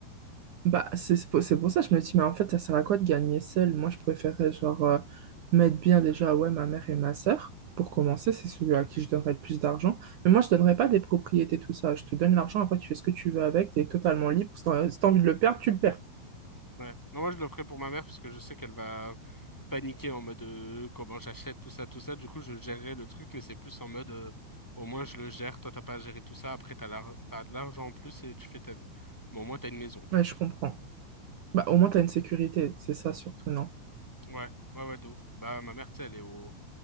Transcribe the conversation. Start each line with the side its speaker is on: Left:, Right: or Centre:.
Right: Bah, c'est c'est pour, c'est pour ça que je me dis, mais en fait, ça sert à quoi de gagner seul? Moi, je préférais, genre, euh, mettre bien déjà, ouais, ma mère et ma sœur. Pour commencer, c'est celui à qui je donnerais le plus d'argent. Mais moi, je donnerais pas des propriétés, tout ça. Je te donne l'argent, après, tu fais ce que tu veux avec, t'es totalement libre. Si t'as, si t'as envie de le perdre, tu le perds.
Centre: Ouais. Non, moi, je le ferai pour ma mère parce que je sais qu'elle va paniquer en mode euh, comment j'achète tout ça, tout ça. Du coup, je gérerai le truc, mais c'est plus en mode euh, au moins je le gère. Toi, t'as pas à gérer tout ça. Après, t'as l'ar- t'as de l'argent en plus et tu fais ta vie. Mais au moins, t'as une maison, tu
Right: Ouais, je comprends. Bah, au moins, t'as une sécurité, c'est ça surtout, non?
Centre: vois. Ouais, ouais, ouais, de ouf. Bah, ma mère, tu sais, elle est au